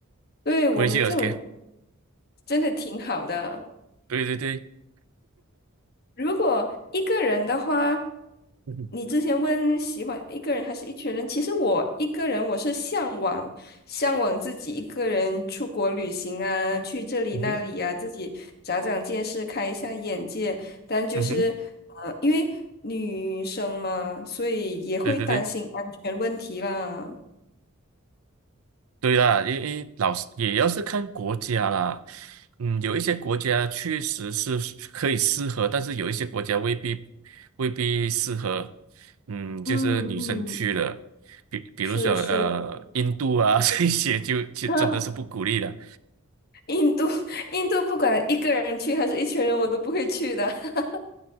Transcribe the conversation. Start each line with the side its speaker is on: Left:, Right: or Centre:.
Left: 对我们这种
Right: 不会去 OK，
Left: 真的挺好的。
Right: 对对对，
Left: 如果一个人的话，
Right: <laughs> 嗯哼
Left: 你之前问喜欢一个人还是一群人，其实我一个人我是向往向往自己一个人出国旅行啊，去这里那里呀、
Right: 嗯哼
Left: 自己长长见识，开一下眼界。但就是呃，
Right: 嗯哼，
Left: 因为女生嘛，所以也会担心安全问题啦。
Right: 对对对。对啦，因为老师也要是看国家啦，嗯，有一些国家确实是可以适合，但是有一些国家未必未必适合，嗯，就是女生去了，
Left: 嗯嗯，
Right: 比比如说呃印度啊
Left: 是是，
Right: <laughs> 这些就就真的是不鼓励的，
Left: <laughs> 印度印度不管一个人去还是一群人，我都不会去的。<laughs>